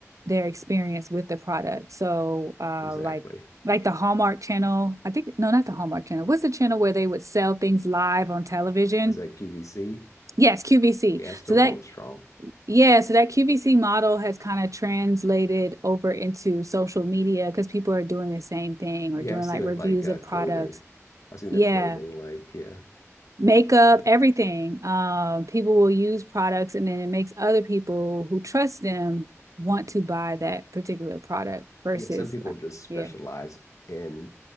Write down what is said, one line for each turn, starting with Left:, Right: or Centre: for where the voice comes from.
Right: their experience with the product. So uh
Left: Exactly.
Right: like like the Hallmark channel, I think no, not the Hallmark channel. What's the channel where they would sell things live on television?
Left: Is that QVC?
Right: Yes, QVC.
Left: Yeah, it's still
Right: So that
Left: going strong.
Right: yeah, so that QVC model has kind of translated over into social media because people are doing the same thing
Left: Yeah,
Right: or doing
Left: I've seen
Right: like
Left: with
Right: reviews
Left: like uh,
Right: of
Left: clothing.
Right: products.
Left: I've seen
Right: Yeah.
Left: the clothing like yeah.
Right: makeup,
Left: Yes.
Right: everything. Um, people will use products and then it makes other people who trust them want to buy that particular product versus
Left: Yeah, some people just specialize
Right: yeah,
Left: in